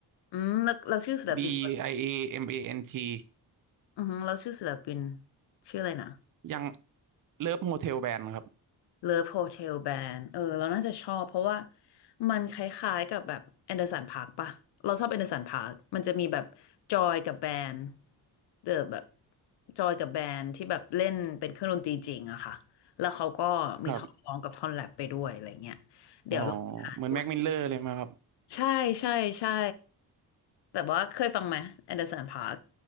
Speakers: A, on the left; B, on the right.
A: อืมแล้วเราชื่อศิลปิน
B: D I A M A N T
A: อือฮึเราชื่อศิลปินชื่ออะไรนะ
B: ยังเลิฟโฮเทลแบนด์ครับ
A: Love Hotel Band เออเราน่าจะชอบเพราะว่ามันคล้ายๆกับแบบแอนเดอร์สันพาร์คปะเราชอบแอนเดอร์สันพาร์คมันจะมีแบบจอยกับแบนด์เดอแบบจอยกับแบนด์ที่แบบเล่นเป็นเครื่องดนตรีจริงอะค่ะแล้วเขาก็มีท่อนร้องกับท่อนแรปไปด้วยอะไรเงี้ย
B: ครับ
A: เดี๋ยวเราหาดู
B: อ๋อเหมือนแม็กมิลเลอร์เลยไหมครับ
A: ใช่ใช่ใช่แต่ว่าเคยฟังไหมแอนเดอร์สันพาร์ค